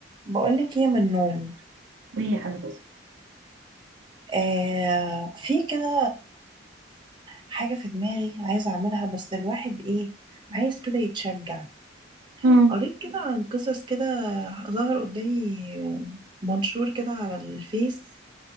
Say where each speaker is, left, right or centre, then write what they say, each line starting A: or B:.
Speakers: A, on the right; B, on the right.
A: بقولك ايه يا منون
B: هي حاجة
A: آه في كده حاجة في دماغي عايزة اعملها بس الواحد ايه عايز كده يتشجع
B: امم
A: قريت كده عن قصص كده ظهر قدامي منشور كده على الفيس